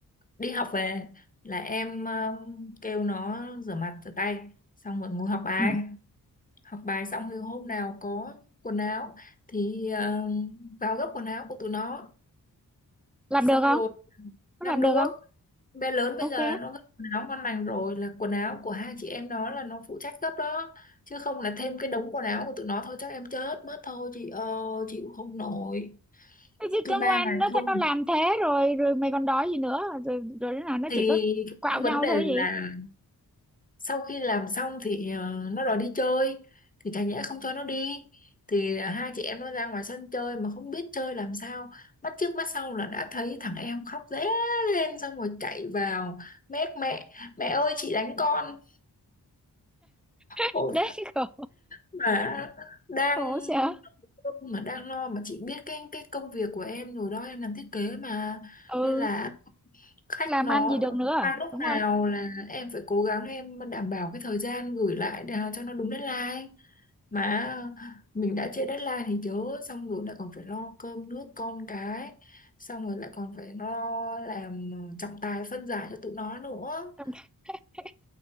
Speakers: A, on the left (about 20°); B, in the centre.
A: đi học về là em um, kêu nó rửa mặt rửa tay xong rồi ngồi học bài
B: ừ.
A: học bài xong thì hôm nào có quần áo thì um, vào gấp quần áo của tụi nó
B: làm
A: xong
B: được không
A: rồi
B: nó
A: làm
B: làm
A: được
B: được không
A: bé lớn
B: ok
A: bây giờ là nó gấp quần áo ngon lành rồi là quần áo của hai chị em nó là nó phụ trách gấp đó chứ không là thêm cái đống quần áo của tụi nó thôi chắc em chết mất thôi chị ơi chịu không nổi
B: Thế chứ
A: cứ
B: cứ
A: ba
B: ngoan
A: ngày
B: nó
A: không
B: thế nó làm thế rồi rồi mày còn đòi gì nữa rồi rồi đứa nào nó
A: thì
B: chỉ có quạo
A: cái
B: nhau
A: vấn đề
B: thôi
A: là
B: gì
A: sau khi làm xong thì ờ, nó đòi đi chơi thì chả nhẽ không cho nó đi thì ờ, hai chị em nó ra ngoài sân chơi mà không biết chơi làm sao mắt trước mắt sau là đã thấy thằng em khóc ré lên xong rồi chạy vào mét mẹ mẹ ơi chị đánh con
B: <laughs>
A: Ôi,
B: đấy khổ
A: mà đang
B: khổ sợ
A: mà đang lo mà chị biết cái cái công việc của em rồi đó em làm thiết kế mà
B: ừ
A: nên là khách
B: làm
A: nó
B: ăn gì
A: đòi
B: được nữa à?
A: qua lúc
B: đúng
A: nào
B: không
A: là em phải cố gắng em đảm bảo cái thời gian gửi lại để cho nó đúng deadline mà mình đã trễ deadline thì chớ xong rồi lại còn phải lo cơm nước con cái xong rồi lại còn phải lo làm trọng tài phân giải cho tụi nó nữa
B: <laughs>